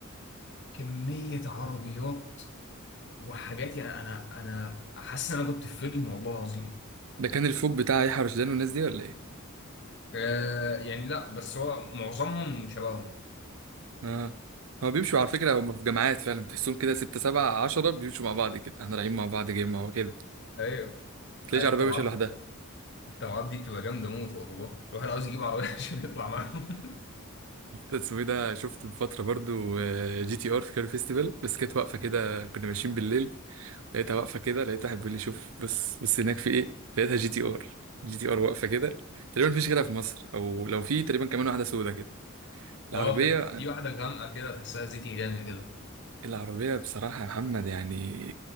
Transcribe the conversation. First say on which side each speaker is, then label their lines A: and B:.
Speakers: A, on the left; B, on the right.
A: كميه عربيات وحاجات يعني انا انا حاسس ان انا كنت في فيلم والله العظيم
B: ده كان الفوق بتاع يحيى رشدان والناس دي ولا ايه
A: آه، يعني لا بس هو معظمهم شبههم
B: اه هو بيمشوا على فكره هم في جماعات فعلا تحسهم كده 6 7 10 بيمشوا مع بعض كده احنا رايحين مع بعض جيم مع بعض كده
A: ايوه
B: تلاقيش عربيه
A: طبعا
B: ماشيه لوحدها
A: الطلعات دي بتبقى جامده موت والله الواحد عاوز يجيب عربيه <laughs> عشان يطلع معاهم
B: اسمه إيه ده شفت من فتره برضو آه، جي تي ار في كاري فيستيفال بس كانت واقفه كده كنا ماشيين بالليل لقيتها واقفه كده لقيت واحد بيقول لي شوف بص بص هناك في ايه لقيتها جي تي ار جي تي ار واقفه كده تقريبا مفيش غيرها في مصر او لو في تقريبا كمان واحده سودا كده العربيه
A: اه كانت في واحده غامقه كده تحسها زيتي جامد كده
B: العربيه بصراحه يا محمد يعني